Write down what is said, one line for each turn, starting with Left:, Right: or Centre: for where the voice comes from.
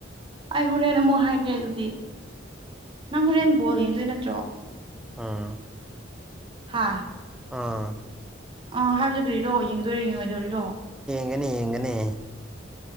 Right: ꯑꯩ ꯍꯣꯔꯦꯟ ꯑꯃꯨꯛ ꯍꯥꯏꯒꯦ ꯑꯗꯨꯗꯤ ꯅꯪ ꯍꯣꯔꯦꯟ ꯕꯣꯜ ꯌꯦꯡꯗꯣꯏ ꯅꯠꯇ꯭ꯔꯣ
Centre: ꯑꯥ
Right: ꯍꯥꯥ
Centre: ꯑꯥ
Right: ꯑꯥ ꯍꯥꯏꯕꯗꯨ ꯀꯔꯤꯔꯣ ꯌꯦꯡꯗꯣꯏꯔꯦ ꯌꯦꯡꯉꯣꯏꯗꯧꯔꯤꯔꯣ
Centre: ꯏꯪꯅꯤ ꯏꯒꯅꯤ